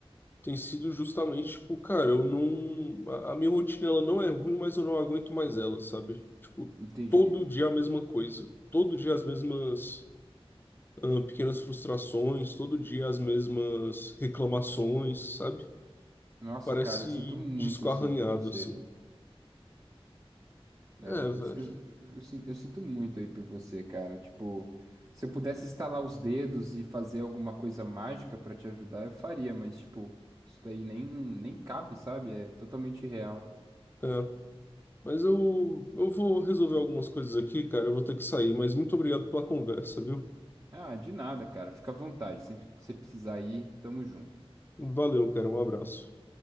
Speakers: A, on the left; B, on the right.
A: tem sido justamente, tipo, cara, eu não. A, a minha rotina, ela não é ruim, mas eu não aguento mais ela, sabe? Tipo,
B: entendi.
A: todo dia a mesma coisa. Todo dia as mesmas. ah, pequenas frustrações, todo dia as mesmas reclamações, sabe?
B: Nossa,
A: Parece
B: cara, eu sinto muito
A: disco
B: assim
A: arranhado,
B: por você.
A: assim.
B: É,
A: É,
B: eu,
A: velho.
B: eu- eu sin- eu sinto muito aí por você, cara. Tipo, se eu pudesse estalar os dedos e fazer alguma coisa mágica pra te ajudar, eu faria, mas, tipo, isso daí nem, nem cabe, sabe? É totalmente real.
A: É. Mas eu, eu vou resolver algumas coisas aqui, cara. Eu vou ter que sair, mas muito obrigado pela conversa, viu?
B: Ah, de nada, cara. Fica à vontade. Sempre que você precisar ir, tamo junto.
A: Valeu, cara. Um abraço.